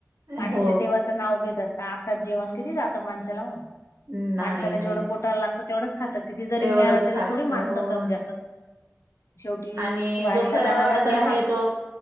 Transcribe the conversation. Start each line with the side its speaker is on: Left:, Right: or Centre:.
Right: हो
Left: आणि ते देवाचं नाव घेत असत. आर्थात जेवण किती जातं माणसाला हो,
Right: नाही,
Left: माणसाला
Right: नाही.
Left: जेवढं पोटायला लागतं तेवढंच खातं, किती जरी
Right: तेवढंच
Left: मिळालं तरी
Right: खात,
Left: थोडी
Right: हो
Left: माणसं कमी
Right: न
Left: जास्त शेवटी
Right: आणि
Left: वारीला
Right: जो खरा
Left: जाणारा
Right: वारकरी
Left: पण
Right: आहे
Left: हा
Right: तो